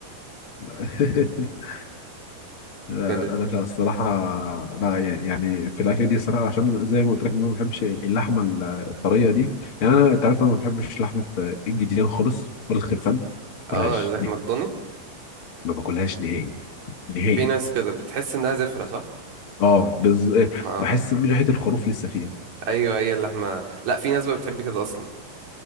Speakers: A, on the left; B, on the right.
A: <laughs>
B: <laughs>
A: لا
B: كان
A: لا لا، الصراحة لا يعني في الأكل دي الصراحة عشان زي ما قلت لك إن أنا ما بحبش اللحمة ال- الطرية دي يعني أنا أنت عارف أنا ما بحبش لحمة الجديان خالص ولا الخرفان ما باكلهاش
B: اه اللحمة
A: نهائي
B: الضاني
A: ما باكلهاش نهائي نهائي
B: في ناس كده بتحس انها زفرة صح
A: أه بز...
B: ما
A: بحس إن ريحة الخروف لسه فيها
B: ايوه هي اللحمة لا في ناس بقى بتحب كده اصلا